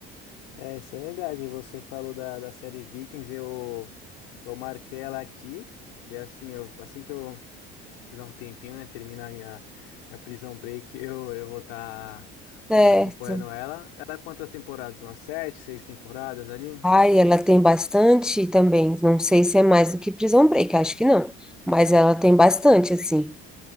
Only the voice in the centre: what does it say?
Certo.
Ai, ela tem bastante também. Não sei se é mais do que Prison Break, acho que não, mas ela tem bastante assim.